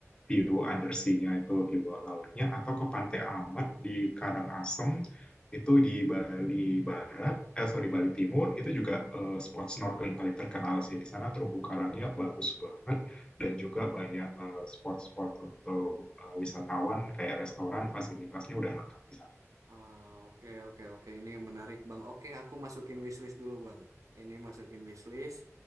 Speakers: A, on the left; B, on the right.
A: view undersea-nya itu di bawah lautnya atau ke Pantai Amat di Karangasem itu di Bali Barat, eh sorry Bali Timur itu juga eh, spot snorkeling paling terkenal sih di sana terumbu karangnya bagus banget dan juga banyak eh, spot-spot untuk eh, wisatawan kayak restoran fasilitasnya udah lengkap di sana.
B: Ah, oke oke oke ini menarik Bang. Oke, aku masukin wishlist dulu Bang. Ini masukin wishlist